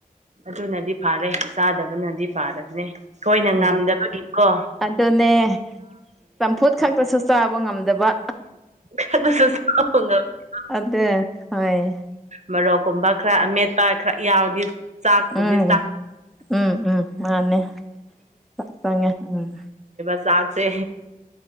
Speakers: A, on the right; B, in the centre.
A: ꯑꯗꯨꯅꯗꯤ ꯐꯥꯔꯦ ꯆꯥꯗꯕ ꯕꯅꯗꯤ ꯐꯕꯅꯦ ꯑꯩꯈꫭꯏꯅ
B: ꯎꯝ
A: ꯉꯝꯗꯕꯒꯤꯀꯣ
B: ꯑꯗꯨꯅꯦ ꯆꯝꯐꯨꯠ ꯈꯛꯇꯁꯨ ꯆꯥꯕ ꯉꯝꯗꯕ
A: <unintelligible> <unintelligible> <unintelligible>
B: ꯑꯗꯨ ꯍꫭꯏ
A: ꯃꯔꯣꯛ ꯃꯔꯣꯛꯀꯨꯝꯕ ꯈꯔ ꯑꯃꯦꯠꯄ ꯈꯔ ꯌꯥꯎꯔꯗꯤ ꯆꯥꯛꯄꯨꯗꯤ
B: ꯎꯝ
A: ꯆꯥꯛ
B: ꯎꯝ ꯎꯝ ꯃꯥꯅꯦ ꯆꯥꯛ ꯆꯪꯉꯦ ꯎꯝ
A: <unintelligible> <unintelligible> ꯆꯥꯛꯁꯦ